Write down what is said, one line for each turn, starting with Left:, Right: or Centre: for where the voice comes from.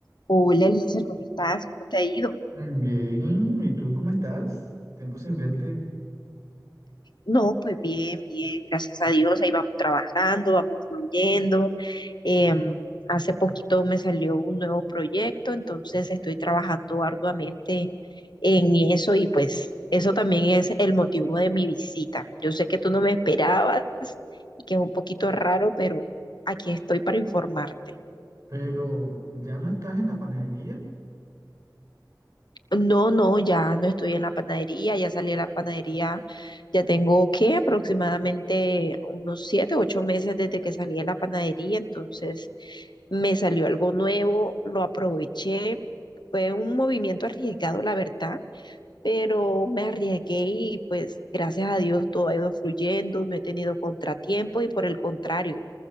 Left: Hola, Eliezer, ¿cómo estás? ¿Cómo te ha ido?
Right: Bien, ¿y tú cómo estás? Tiempo sin verte,
Left: No, pues bien, bien, gracias a Dios, ahí vamos trabajando, vamos fluyendo. Em, hace poquito me salió un nuevo proyecto, entonces estoy trabajando arduamente en eso y pues eso también es el motivo de mi visita. Yo sé que tú no me esperabas y que es un poquito raro, pero aquí estoy para informarte.
Right: pero ya no estás en la panadería.
Left: No, no, ya no estoy en la panadería, ya salí de la panadería, ya tengo que aproximadamente unos siete, ocho meses desde que salí de la panadería, entonces me salió algo nuevo, lo aproveché, fue un movimiento arriesgado, la verdad, pero me arriesgué y pues gracias a Dios todo ha ido fluyendo, no he tenido contratiempo y por el contrario,